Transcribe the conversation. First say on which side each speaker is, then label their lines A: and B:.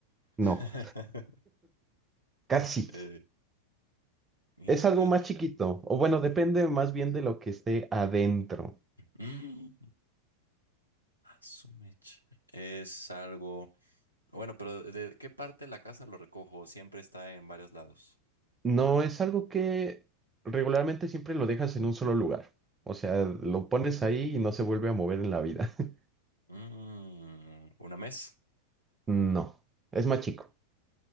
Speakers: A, on the right; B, on the left.
A: No,
B: <laughs>
A: casi.
B: eh, ingato.
A: Es algo más chiquito, o bueno, depende más bien de lo que esté adentro.
B: Mm, a <clears throat> su mecha. Es algo. Bueno, pero ¿de qué parte de la casa lo recojo? Siempre está en varios lados.
A: No es algo que regularmente siempre lo dejas en un solo lugar. O sea, lo pones ahí y no se vuelve a mover en la vida. <laughs>
B: Mm, una mesa,
A: No. ¿Es más chico?